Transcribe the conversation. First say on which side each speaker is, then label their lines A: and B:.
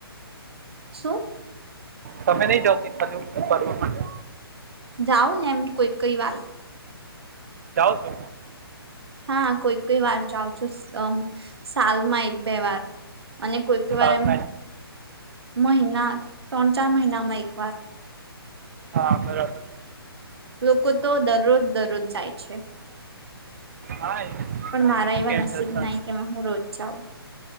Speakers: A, on the right (about 75°); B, on the right (about 40°).
A: શું
B: તમે નહી જાવ તટ જો કરવા માટે
A: જાઓ ને એમ કોઈ કઈ વાલ
B: જાઓ છો
A: હા કોઈ કોઈ વાર જાઉં છું સાલમાં એક બે વાર અને કોઈક વાર
B: સારું
A: એમ મહિના ત્રણ ચાર મહિનામાં એક વાર
B: હા બરાબર
A: લોકો તો દરરોજ દરરોજ જાય છે
B: હા એ
A: પણ
B: ખબર
A: મારા
B: નહીં
A: એવા
B: કેમ
A: નસીબ
B: જતા
A: નહી કે હું રોજ જાઉં